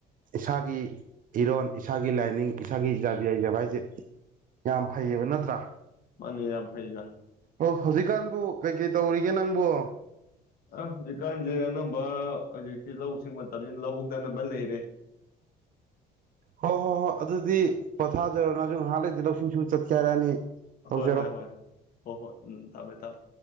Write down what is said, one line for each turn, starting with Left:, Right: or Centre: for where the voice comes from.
Right: ꯏꯁꯥꯒꯤ ꯏꯔꯣꯟ ꯏꯁꯥꯒꯤ ꯂꯥꯏꯅꯤꯡ ꯏꯁꯥꯒꯤ ꯏꯖꯥꯕꯤ ꯌꯥꯖꯕ ꯍꯥꯏꯁꯦ ꯌꯥꯝ ꯐꯩꯌꯦꯕ ꯅꯠꯇ꯭ꯔꯥ
Left: ꯃꯥꯅꯦ ꯌꯥꯝ ꯐꯩꯗ
Right: ꯑꯣ ꯍꯧꯖꯤꯛꯀꯥꯟꯕꯨ ꯀꯩ ꯀꯩ ꯇꯧꯔꯤꯒꯦ ꯅꯪꯕꯨ
Left: ꯑꯥ ꯍꯧꯖꯤꯛꯀꯥꯟꯁꯦ ꯑꯅꯝꯕ ꯍꯧꯖꯤꯛꯇꯤ ꯂꯧ ꯁꯤꯡ ꯃꯇꯝꯁꯤꯅ ꯂꯧꯍꯣꯡꯗꯅꯕ ꯂꯩꯔꯦ
Right: ꯍꯣꯏ ꯍꯣꯏ ꯍꯣꯏ ꯑꯗꯨꯗꯤ ꯄꯣꯊꯥꯖꯔꯣ ꯅꯁꯨ ꯉꯍꯥꯟ ꯂꯩꯗꯤ ꯂꯧꯁꯤꯡꯁꯤ ꯆꯠꯀꯦ ꯍꯥꯏꯔꯛꯑꯅꯤ ꯇꯧꯖꯔꯣ
Left: ꯍꯣꯏ ꯍꯣꯏ ꯍꯣꯏ ꯍꯣꯏ ꯍꯣꯏ ꯎꯝ ꯊꯝꯃꯦ ꯊꯝꯃꯦ